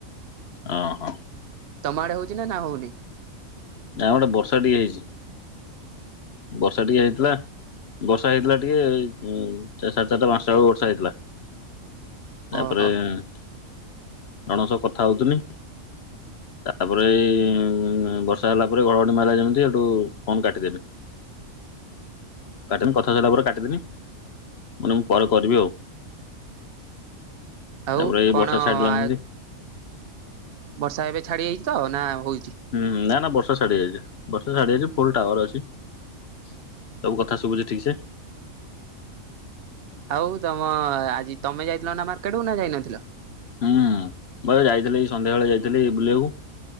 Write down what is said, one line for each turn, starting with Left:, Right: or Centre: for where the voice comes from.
Left: ହଁ ହଁ।
Right: ତମ ଆଡେ ହଉଛି ନା ହଉନି?
Left: ନା ଏପଟେ ବର୍ଷା ଟିକେ ହେଇଛି। ବର୍ଷା ଟିକେ ହେଇଥିଲା ବର୍ଷା ହେଇଥିଲା ଟିକେ ହୁଁ ସାଡେ ଚାରିଟା ପାଞ୍ଚଟା ବେଳକୁ ବର୍ଷା ହେଇଥିଲା। ତାପରେ
Right: ଓହୋ
Left: ଜଣକ ସହ କଥା ହଉଥିଲି। ତାପରେ ଏଇ ବର୍ଷା ହେଲା ପରେ ଘଡଘଡି ମାଇଲା ଯେମିତି ସେଠୁ ଫୋନ କାଟିଦେଲି। <inaudible> କାଟିନି କଥା ସାରିଲା ପରେ କାଟିଦେନି ମୁଁ ପରେ କରିବି ଆଉ। ତାପରେ
Right: ଆଉ
Left: ଏ
Right: କଣ
Left: ବର୍ଷା ଛାଡିନାହାନ୍ତି।
Right: ଆ ବର୍ଷା ଏବେ ଛାଡି ଜାଇଛି ତ ନା ହଉଛି?
Left: ହୁଁ ନା ନା ବର୍ଷା ଛାଡି ଯାଇଛି। ବର୍ଷା ଛାଡି ଯାଇଛି ଫୁଲ ଟାୱାର ଅଛି। ସବୁ କଥା ଶୁଭୁଛି ଠିକ ସେ।
Right: ଆଉ ତମ ଆଜି ତମେ ଯାଇଥିଲ ନା ମାର୍କେଟ କୁ ନା ଯାଇନଥିଲ?
Left: ହୁଁ ମୁଁ ଯାଇଥିଲି ଏଇ ସନ୍ଧ୍ୟା ବେଳେ ଯାଇଥିଲି ବୁଲିବାକୁ।